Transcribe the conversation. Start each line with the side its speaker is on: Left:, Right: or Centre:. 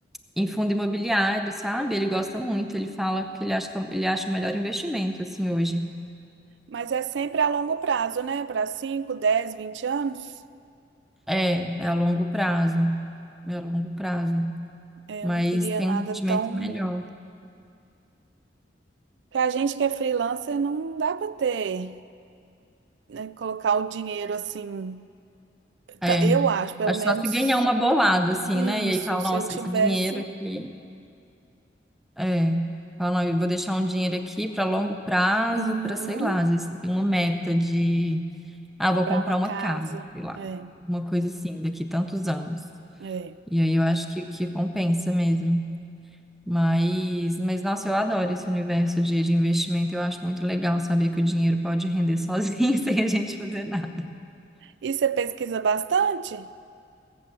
Centre: em fundo imobiliário, sabe? Ele gosta muito, ele fala que ele acha que é o- ele acha o melhor investimento, assim, hoje.
Right: Mas é sempre a longo prazo, né? Para cinco dez vinte anos.
Centre: É, é a longo prazo. É a longo prazo.
Right: É,
Centre: Mas
Right: Eu não queria
Centre: tem
Right: nada
Centre: um rendimento
Right: tão.
Centre: melhor.
Right: Porque a gente que é freelancer não dá para ter, né? Colocar o dinheiro assim.
Centre: É.
Right: Ta- Eu acho, pelo
Centre: Acho
Right: menos
Centre: só se ganhar uma bolada, assim,
Right: isso.
Centre: né? E aí fala,
Right: Se
Centre: nossa,
Right: eu tivesse.
Centre: esse dinheiro aqui. É. Fala, não, eu vou deixar um dinheiro aqui para longo prazo,
Right: Uhum.
Centre: para sei lá, às vezes você tem uma meta de, ah,
Right: Comprar
Centre: vou comprar
Right: uma
Centre: uma
Right: casa.
Centre: casa, sei lá.
Right: É,
Centre: Uma coisa assim, daqui tantos anos.
Right: é.
Centre: E aí eu acho que, que compensa mesmo. Mas, mas, nossa, eu adoro esse universo de, de investimento. Eu acho muito legal saber que o dinheiro pode render sozinho, <laughs> sem a gente fazer nada.
Right: E você pesquisa bastante?